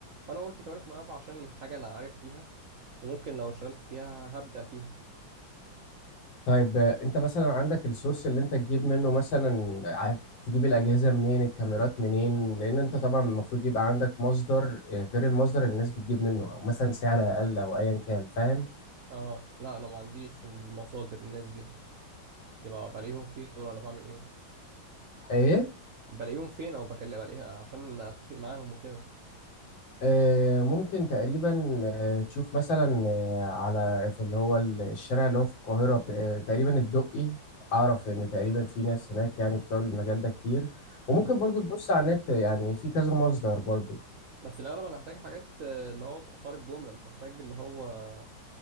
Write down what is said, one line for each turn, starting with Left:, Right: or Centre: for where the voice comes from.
Right: فانا قلت كاميرات مراقبة عشان حاجة انا عارف فيها وممكن لو اشتغلت فيها هبدع فيها
Left: طيب آه، انت مثلا عندك السورس اللي انت تجيب منه مثلا عاد تجيب الاجهزه منين الكاميرات منين لان انت طبعا المفروض يبقى عندك مصدر آه، غير المصدر اللي الناس بتجيب منه او مثلا سعر اقل او ايا كان فاهم
Right: اه لا انا ما عنديش المصادر الناس دي دي بقى بلاقيهم فين دول ولا بعمل ايه
Left: ايه
Right: بلاقيهم فين او بكلم بلاقيها عشان اتفق معاهم وكده
Left: آه، ممكن تقريبا آه، تشوف مثلا آه، على في اللي هو ال- الشارع اللي هو في القاهرة بت- آه، تقريبا الدقي أعرف إن تقريبا في ناس هناك يعني بتوع المجال ده كتير
Right: امم
Left: وممكن برضو تبص على النت يعني في كذا مصدر برضو
Right: بس الاغلب انا هحتاج حاجات آه، اللي هو باثار الجمله مش هحتاج اللي هو